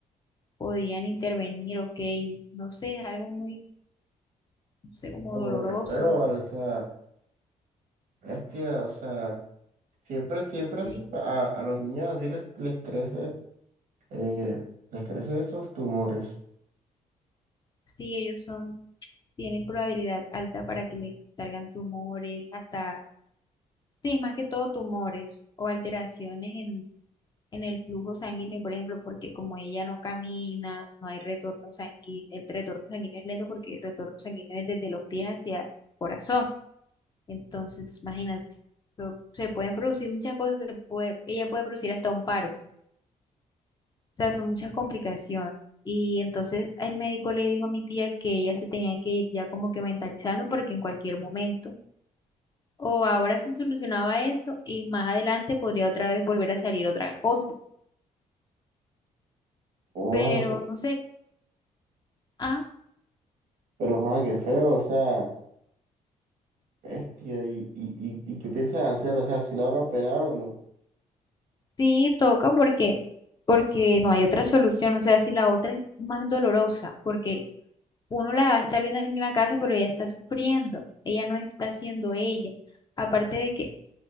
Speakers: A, on the left; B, on the right.
A: podían intervenir, ok, no sé, es algo muy, no sé, como
B: no,
A: doloroso.
B: pero qué feo, ¿vale? O sea, bestia, o sea, siempre, siempre a,
A: Sí,
B: sus pa- a- a los niños así les, les crece, eh, les crecen esos tumores.
A: sí, ellos son, tienen probabilidad alta para que les salgan tumores, hasta, sí, es más que todo tumores o alteraciones en, en el flujo sanguíneo, por ejemplo, porque como ella no camina, no hay retorno sanguíneo, el retorno sanguíneo es lento porque el retorno sanguíneo es desde los pies hacia el corazón. Entonces, imagínate, so- se pueden producir muchas cosas, se puede, ella puede producir hasta un paro. O sea, son muchas complicaciones. Y entonces el médico le dijo a mi tía que ella se tenía que ir ya como que mentalizando porque en cualquier momento o ahora se solucionaba eso y más adelante podría otra vez volver a salir otra cosa.
B: Wow,
A: Pero no sé, ah,
B: pero, joder, qué feo, o sea, bestia, ¿y, y, y, y qué piensas hacer? O sea, ¿si la van a operar o no?
A: sí toca porque porque no hay otra solución, o sea, si la otra es más dolorosa, porque uno la va a estar viendo aquí en la casa, pero ella está sufriendo, ella no está siendo ella. Aparte de que